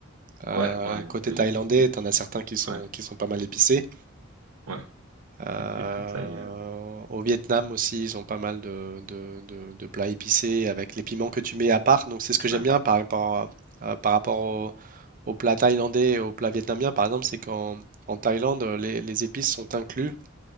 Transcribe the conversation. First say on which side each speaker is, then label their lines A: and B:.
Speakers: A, on the right (about 40°); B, on the right (about 75°).
A: euh,
B: Ouais. Ouais.
A: côté
B: Ça,
A: thaïlandais,
B: j'aime pas. Je-
A: t'en as certains qui sont,
B: Ouais.
A: qui sont pas mal épicés.
B: Ouais.
A: Euh,
B: Les les Pad Thai, euh,
A: au Vietnam aussi, ils ont pas mal de, de- de- de plats épicés avec les piments que tu mets à part. Donc c'est ce que j'aime
B: ouais.
A: bien par rapport, à- euh, par rapport au, au plat thaïlandais et au plat vietnamien, par exemple, c'est qu'en en Thaïlande, les, les épices sont inclus.